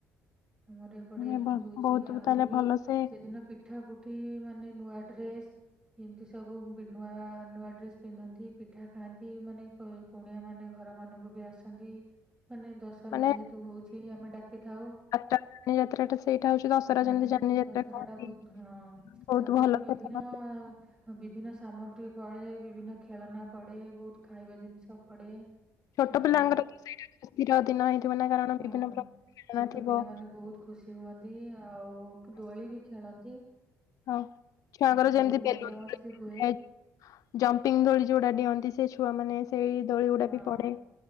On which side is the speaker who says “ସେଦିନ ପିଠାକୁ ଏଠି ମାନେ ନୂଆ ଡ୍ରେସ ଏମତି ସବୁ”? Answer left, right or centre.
Right